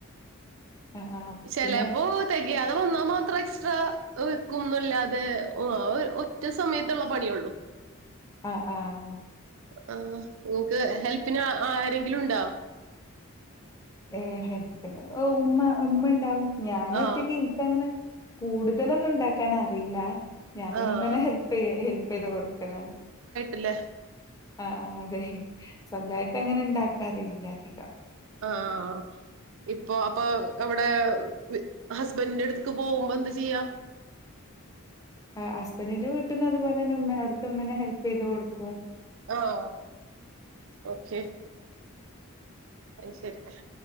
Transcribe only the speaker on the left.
ആഹ് ആഹ്
പിന്നെ
ആഹ് ആഹ്
ഏ ഹെല്പിന് ഉമ്മ ഉമ്മ ഉണ്ടാവും ഞാൻ
ഒറ്റയ്ക്ക് ഇനിക്കങ്ങനെ കൂടുതലൊന്നും ഉണ്ടാക്കാനറിയില്ല ഞാനും
ഉമ്മാനെ ഹെൽപ് ചെയ്യും ഹെൽപ് പ്പ ഇത് കൊടുക്കലാണ്
ആഹ് ആ അതെ സ്വന്തായിട് ട്ടങ്ങനെ ഉണ്ടാക്കാറില്ല അധികം
ആ ഹസ്ബൻ്റിന്റെ വീട്ട്ന്ന് അതുപോലെ തന്നെ ഉമ്മ അവിടുത്തെ ഉമ്മാനെ ഹെൽപ് ചെയ്ത് കൊടുക്കും